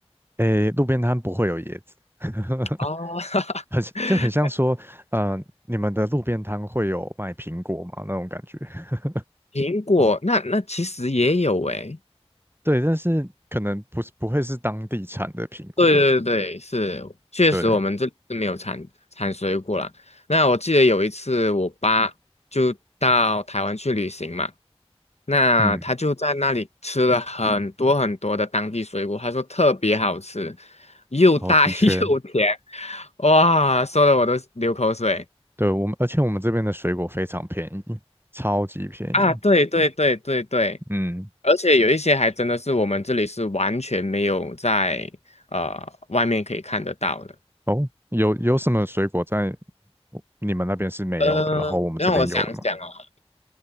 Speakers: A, on the right; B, on the left.
A: 诶，路边摊不会有椰子，<laughs>
B: 哦，<laughs>
A: 很就很像说，呃，你们的路边摊会有卖苹果吗？那种感觉。<laughs>
B: 苹果，那那其实也有诶、
A: 对，但是可能不是不会是当地产的苹果。
B: 对对对，是，确实我们这里是没有产产水果啦。
A: 对，
B: 那我记得有一次我爸就到台湾去旅行嘛，那他就在那里吃了很多很多的当地水果，
A: 嗯，
B: 他说特别好吃，又大
A: 然后的确。
B: <laughs> 又甜，哇，说的我都流口水
A: 对，我们，而且我们这边的水果非常便宜，超级便宜。
B: 啊！对对对对对，
A: 嗯，
B: 而且有一些还真的是我们这里是完全没有在呃外面可以看得到的。
A: 哦，有有什么水果在你们那边是没有的，
B: 呃，
A: 然后我们这边有的吗？
B: 让我想想哦。